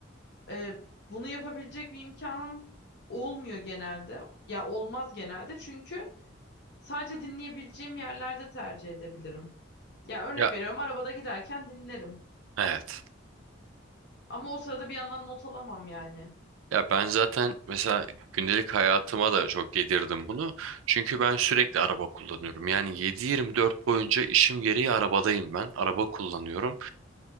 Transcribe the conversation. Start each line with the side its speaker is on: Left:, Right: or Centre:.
Left: e, bunu yapabilecek bir imkanım olmuyor genelde. Ya olmaz genelde çünkü sadece dinleyebileceğim yerlerde tercih edebilirim. Ya örnek
Right: Ya
Left: veriyorum arabada giderken dinlerim.
Right: evet.
Left: Ama o sırada bir yandan not alamam yani.
Right: Ya ben zaten mesela gündelik hayatıma da çok yedirdim bunu. Çünkü ben sürekli araba kullanıyorum. Yani yedi yirmi dört boyunca işim gereği arabadayım ben. Araba kullanıyorum.